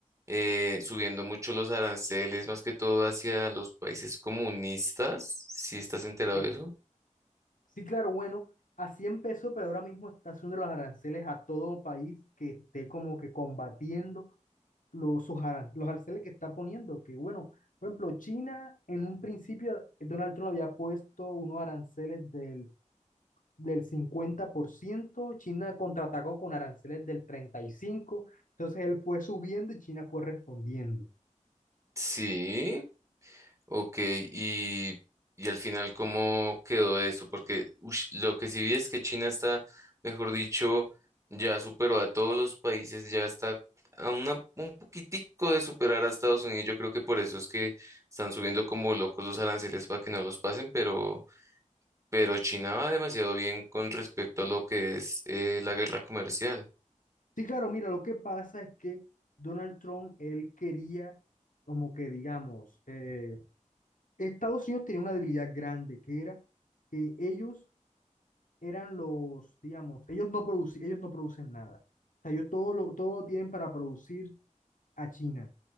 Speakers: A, on the right; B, on the left.
A: eh, subiendo mucho los aranceles, más que todo hacia los países comunistas, si estás enterado
B: Sí,
A: de eso?
B: sí, claro, bueno, así empezó, pero ahora mismo está haciendo los aranceles a todo país que esté como que combatiendo los, sus aran- los aranceles que está poniendo. Que bueno, por ejemplo, China en un principio, Donald Trump había puesto unos aranceles del del cincuenta por ciento China contraatacó con aranceles del 35%, entonces él fue subiendo y China fue respondiendo.
A: Sí. Ok, y, y al final, ¿cómo quedó eso? Porque ush, lo que sí vi es que China está, mejor dicho, ya superó a todos los países, ya está a una- un poquitico de superar a Estados Unidos. Yo creo que por eso es que están subiendo como locos los aranceles para que no los pasen, pero, pero China va demasiado bien con respecto a lo que es eh, la guerra comercial.
B: Sí, claro, mira, lo que pasa es que Donald Trump, él quería, como que digamos, eh, Estados Unidos tenía una debilidad grande, que era que ellos eran los, digamos, ellos no, produc- ellos no producen nada. O sea, ellos todo lo, todo lo tienen para producir a China.